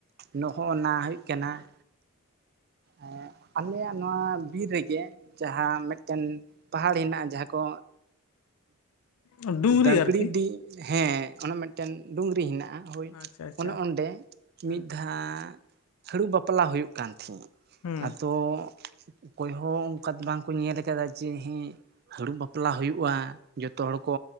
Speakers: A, on the right; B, on the left.
A: ᱱᱚᱜ-ᱚᱭ ᱱᱚᱝᱠᱟ ᱾ ᱠᱟᱱᱟ ᱾ ᱮᱸᱻ ᱟᱞᱮᱭᱟᱜ ᱱᱚᱣᱟ ᱵᱤᱨ ᱨᱮᱜᱮ ᱡᱟᱦᱟᱸ ᱢᱮᱫᱴᱷᱮᱱ ᱯᱟᱦᱟᱲ ᱦᱮᱱᱟᱜᱼᱟ ᱡᱟᱦᱟᱸ ᱠᱚ
B: ᱩᱸᱜ ᱰᱩᱝᱜᱨᱤ
A: ᱫᱟᱹᱠᱲᱤ
B: ᱟᱨᱠᱤ
A: ᱰᱤ ᱦᱮᱸ ᱚᱱᱟ ᱢᱮᱫᱴᱮᱱ ᱰᱩᱝᱨᱤ ᱦᱮᱱᱟᱜᱼᱟ᱾ ᱦᱚᱭ
B: ᱟᱪᱪᱷᱟ ᱟᱪᱪᱷᱟ
A: ᱚᱱᱮ ᱚᱸᱰᱮ
B: ᱦᱩᱸ
A: ᱢᱤᱫ ᱫᱷᱟᱻ ᱦᱟᱺᱬᱩ ᱵᱟᱯᱞᱟ ᱦᱩᱭᱩᱜ ᱠᱟᱱ ᱛᱟᱦᱮᱸᱫ
B: ᱦᱩᱸ
A: ᱟᱫᱚ ᱚᱠᱚᱭ ᱦᱚᱸ ᱚᱝᱠᱟ ᱫᱚ ᱵᱟᱝᱠᱚ ᱧᱮᱞ ᱠᱟᱫᱟ ᱡᱮ ᱦᱮᱸ ᱦᱟᱺᱬᱩ ᱵᱟᱯᱞᱟ ᱦᱩᱭᱩᱜᱼᱟ᱾ ᱡᱚᱛᱚ ᱦᱚᱲ ᱠᱚ